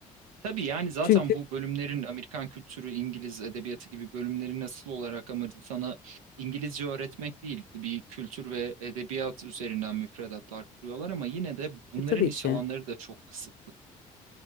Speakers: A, on the right; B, on the left.
A: Tabii yani zaten
B: Çünkü
A: bu bölümlerin Amerikan kültürü, İngiliz edebiyatı gibi bölümlerin asıl olarak amacı sana İngilizce öğretmek değil, bir kültür ve edebiyat üzerinden müfredatlar kuruyorlar ama yine de bunların
B: E, tabii
A: iş
B: ki.
A: alanları da çok kısıtlı.